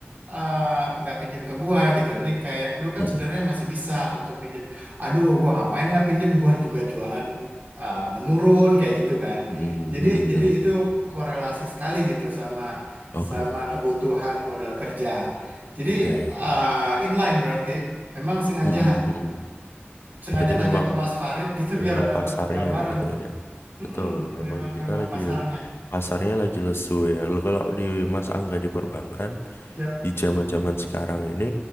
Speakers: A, on the right (about 45°); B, on the left (about 70°).
A: uh, nggak pinjam ke gua gitu? Ini kayak lu kan
B: mm-mm,
A: sebenarnya masih bisa untuk pinjam. Aduh, gua ngapain lah pinjam? Gua juga jualan uh, menurun kayak gitu kan.
B: mm-mm,
A: Jadi
B: mm-mm,
A: jadi
B: mm-mm.
A: itu korelasi sekali gitu sama
B: Oke.
A: sama kebutuhan modal kerja. Jadi
B: Oke.
A: eh, inline berarti memang sengaja
B: Mm-mm, mm-mm.
A: sengaja
B: Berarti
A: nanya
B: memang
A: ke Mas Farid gitu biar
B: memang
A: dapat
B: pasarnya
A: gambaran.
B: gitu ya.
A: Hmm,
B: Betul, memang
A: memang
B: kita
A: memang
B: lagi
A: pasarnya.
B: pasarnya lagi lesu ya. Lalu Kalau di Mas Angga di perbankan
A: Yap.
B: di zaman-zaman sekarang ini